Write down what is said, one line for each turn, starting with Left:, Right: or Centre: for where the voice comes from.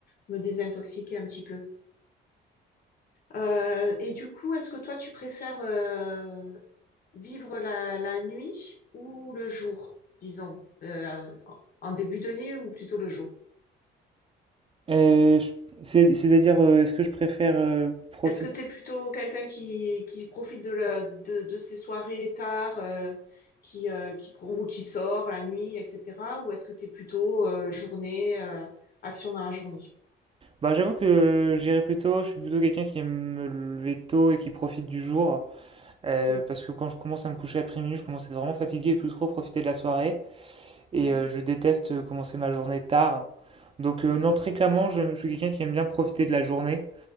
Left: me désintoxiquer un petit peu. Euh, et du coup, est-ce que toi, tu préfères euh, vivre la, la nuit ou le jour, disons, euh, en en début de nuit ou plutôt le jour?
Right: Euh, je- c'est- c'est-à-dire, euh, est-ce que je préfère euh, profiter?
Left: Est-ce que tu es plutôt quelqu'un qui, qui profite de, la- de, de ses soirées tard, euh, qui, euh, qui, pro- ou qui sort la nuit, etc. Ou est-ce que tu es plutôt euh, journée, euh, action dans la journée?
Right: Bah, j'avoue que j'irai plutôt, je suis plutôt quelqu'un qui aime me lever tôt et qui profite du jour. Euh,
Left: Oui,
Right: parce que quand je commence à me coucher après minuit, je commence à être vraiment fatigué et plus trop profiter de la soirée. Et
Left: Ouais,
Right: euh, je déteste euh, commencer ma journée tard. Donc euh, non, très clairement, je, je suis quelqu'un qui aime bien profiter de la journée.